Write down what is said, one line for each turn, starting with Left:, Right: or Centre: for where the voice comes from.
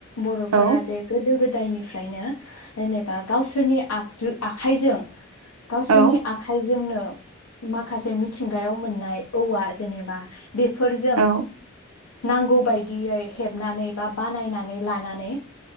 Left: बर'फोरा
Right: औ
Left: जे गोदो गो दायनिफ्रायनो जेनेबा गावसोरनि आगजु आ खाइजों गावसोरनि
Right: औ
Left: आखाइजोंनो माखासे मिथिंगायाव मोननाय औवा जेनेबा बेफोरजों
Right: औ
Left: नांगौ बायदियै हेबनानै बा बानायनानै लानानै